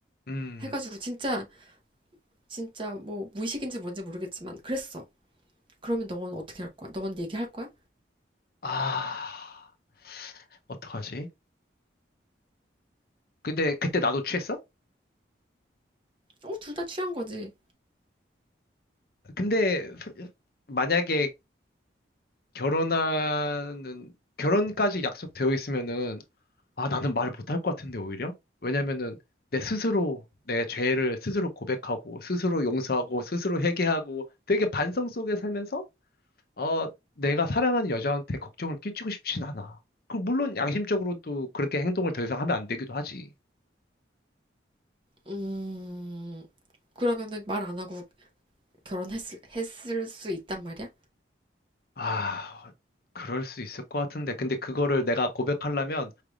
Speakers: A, on the left; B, on the right.
A: 음.
B: 해가지고 진짜, 진짜 뭐 무의식인지 뭔지 모르겠지만, 그랬어. 그러면 너는 어떻게 할 거야? 너는 얘기할 거야?
A: 아, 어떡하지? 근데 그때 나도 취했어?
B: 어, 둘 다 취한 거지.
A: 근데 프- 만약에 결혼하는 결혼까지 약속되어 있으면은 아, 나는 말을 못할 것 같은데 오히려? 왜냐면은 내 스스로 내 죄를 스스로 고백하고 스스로 용서하고 스스로 회개하고 되게 반성 속에 살면서 어, 내가 사랑하는 여자한테 걱정을 끼치고 싶진 않아. 그 물론 양심적으로도 그렇게 행동을 더 이상 하면 안 되기도 하지.
B: 음, 그러면은 말 안 하고 결혼했을, 했을 수 있단 말이야?
A: 아, 그럴 수 있을 것 같은데. 근데 그거를 내가 고백하려면,